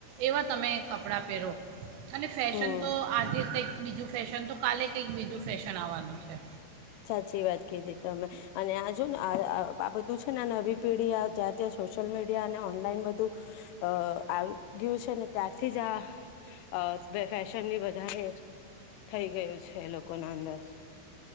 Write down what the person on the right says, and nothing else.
એવા તમે કપ કપડાં પહેરો. અને ફેશન
તો આજે કંઈક બીજું ફેશન તો કાલે કઈક બીજું ફેશન આવવાનું છે